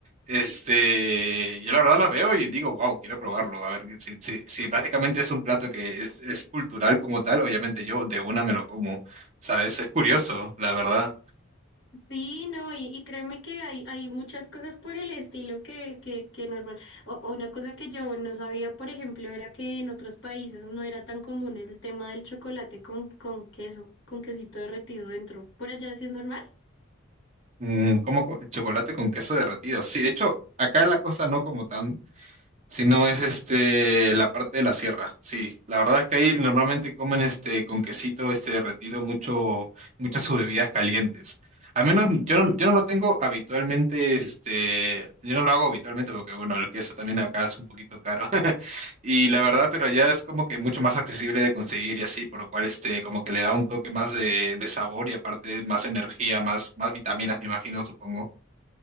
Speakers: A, on the right; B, on the left.
A: este, yo la verdad la veo y digo, wow, quiero probarlo. A ver, si, si, si básicamente es un plato que es, es cultural como tal, obviamente yo de una me lo como, ¿sabes? Es curioso, la verdad.
B: Sí, no, y, y créeme que hay, hay muchas cosas por el estilo que, que, que normal. O, o una cosa que yo no sabía, por ejemplo, era que en otros países no era tan común el tema del chocolate con, con queso, con quesito derretido dentro. ¿Por allá sí es normal?
A: Mm, como co- chocolate con queso derretido. Sí, de hecho, acá en la costa no como tan, Si no, es este, la parte de la sierra, sí. La verdad es que ahí normalmente comen este, con quesito este, derretido mucho, muchas sus bebidas calientes. Al menos yo no, yo no lo tengo habitualmente, este, yo no lo hago habitualmente porque, bueno, el queso también acá es un poquito caro. <laughs> Y la verdad, pero allá es como que mucho más accesible de conseguir y así, por lo cual, este, como que le da un toque más de, de sabor y aparte más energía, más, más vitaminas, me imagino, supongo.